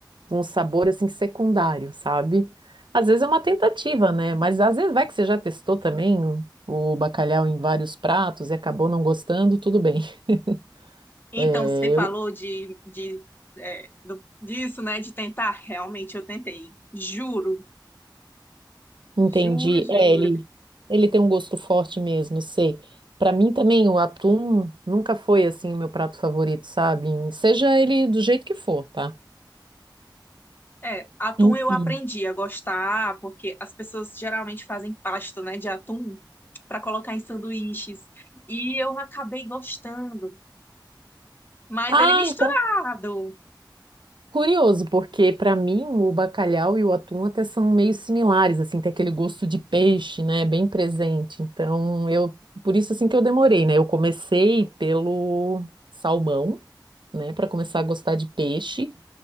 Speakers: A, on the right; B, on the left.
A: um sabor assim secundário, sabe? Às vezes é uma tentativa, né? Mas às vezes vai que você já testou também o, o bacalhau em vários pratos e acabou não gostando, tudo bem. <laughs>
B: Então,
A: É,
B: você falou
A: eu
B: de, de, é, do- disso, né? De tentar. Realmente, eu tentei. Juro,
A: entendi.
B: juro, juro.
A: É, ele, ele tem um gosto forte mesmo, sei. Pra mim também o atum nunca foi assim o meu prato favorito, sabe? Seja ele do jeito que for, tá?
B: É, atum
A: Enfim.
B: eu aprendi a gostar, porque as pessoas geralmente fazem pasta, né, de atum para colocar em sanduíches. E eu acabei gostando, mas
A: Ah,
B: ele misturado
A: então Curioso, porque para mim o bacalhau e o atum até são meio similares, assim, tem aquele gosto de peixe, né, bem presente. Então, eu por isso assim que eu demorei, né? Eu comecei pelo salmão, né, para começar a gostar de peixe,